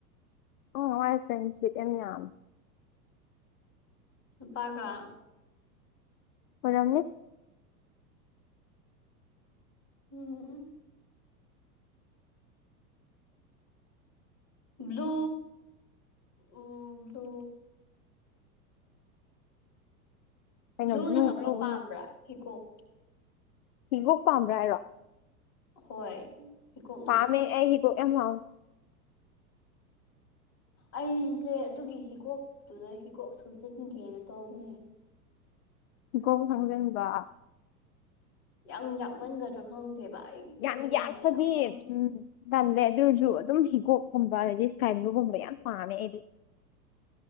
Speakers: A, on the left; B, on the left.
A: ꯑꯣ ꯃꯥꯏ ꯐ꯭ꯔꯦꯟꯁꯤꯞ ꯌꯥꯝ <unintelligible>
B: ꯅꯨꯄꯥꯒ
A: ꯑꯣꯏꯔꯝꯅꯤ
B: ꯎꯝ <unintelligible> ꯕ꯭ꯂꯨ ꯎꯝ ꯕ꯭ꯂꯨ
A: ꯀꯩꯅꯣ
B: ꯕ꯭ꯂꯨꯅ
A: ꯕ꯭ꯂꯨ
B: ꯍꯛꯄ
A: ꯕ꯭ꯂꯨ
B: ꯄꯥꯝꯕ꯭ꯔ
A: ꯕ꯭ꯂꯨ
B: ꯍꯤꯒꯣꯛ
A: ꯍꯤꯒꯣꯛ ꯄꯥꯝꯕ꯭ꯔ ꯍꯥꯏꯔꯣ
B: ꯍꯣꯏ ꯍꯤꯒꯣꯛꯅ
A: ꯄꯥꯝꯃꯦ
B: ꯍꯛꯄ
A: ꯑꯩ ꯍꯤꯒꯣꯛ ꯌꯥꯝ <unintelligible>
B: ꯑꯩꯖꯦ ꯑꯗꯨꯒꯤ ꯍꯤꯒꯣꯛꯇꯨꯗ ꯍꯤꯒꯣꯛ ꯁꯨꯖꯟꯒꯦꯅ ꯇꯧꯕꯅꯦ
A: ꯍꯤꯒꫭꯛ ꯁꯪꯖꯟꯕ
B: ꯌꯥꯝ ꯌꯥꯛꯃꯟꯒꯗ꯭ꯔ ꯈꯪꯗꯦꯕ ꯑꯩ
A: ꯌꯥꯝ
B: ꯑꯗꯨꯒꯨꯝꯕ
A: ꯌꯥꯛꯄꯗꯤ
B: ꯌꯥꯝ ꯄꯥꯝꯗꯦ
A: ꯎꯝ ꯇꯜꯂꯦ ꯑꯗꯨ ꯑꫭꯏꯔꯁꯨ ꯑꯗꯨꯝ ꯍꯤꯒꯣꯛꯀꯨꯝꯕ ꯑꯗꯩꯗꯤ ꯏꯁꯀꯥꯏ ꯕ꯭ꯂꯨꯒꯨꯝꯕ ꯌꯥꯝ ꯄꯥꯝꯃꯦ ꯑꯩꯗꯤ